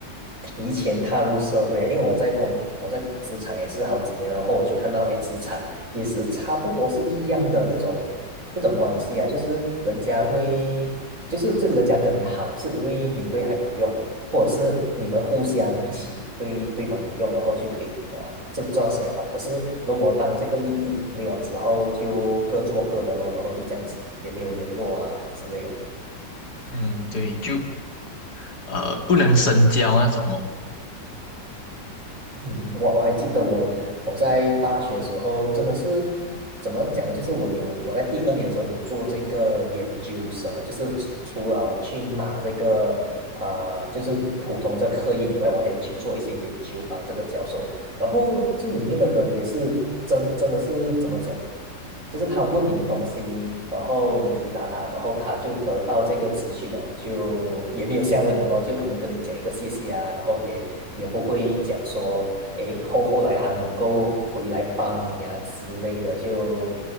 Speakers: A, on the right; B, on the left.
A: 提前踏入社会啊，因为我在工我在职场也是好几年了，然后我就看到，哎，职场也是差不多是一样的这种这种关系啊，就是人家会，就是这人家跟你好，是因为你对他有用，或者是你们互相一起对对方有用，然后就可以啊，这段时间好。可是如果当这个利益没有之后，就各做各的咯，然后就这样子也没有联络啊之类的。
B: 嗯，对，就呃，不能深交那种哦。
A: 嗯，我我还记得我我在大学的时候真的是怎么讲呢？就是我有我在第二年的时候有做这个研究生啊就是除了去拿这个呃就是普通这课业以外，我还有去做一些研究帮这个教授，然后就里面的人也是真真的是怎么讲，就是他问你东西，然后你回答他，然后他就得到这个资讯了，就也没有下文了咯，就可能跟你讲一个谢谢啊，然后也也不会讲说。诶，后后来还能够回来帮你啊之类的，就